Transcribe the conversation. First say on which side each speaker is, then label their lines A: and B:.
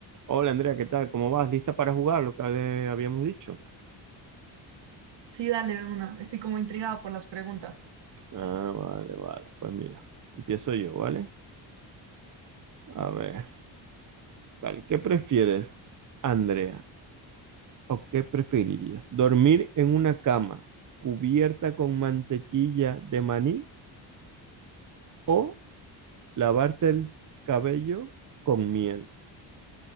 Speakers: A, on the right; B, on the right.
A: Hola Andrea, ¿qué tal? ¿Cómo vas? ¿Lista para jugar lo que hab- habíamos dicho?
B: Sí, dale de una. Estoy como intrigada por las preguntas.
A: Ah, vale, vale. Pues mira, empiezo yo, ¿vale? A ver, vale. ¿Qué prefieres, Andrea? ¿O qué preferirías? ¿Dormir en una cama cubierta con mantequilla de maní o lavarte el cabello con miel?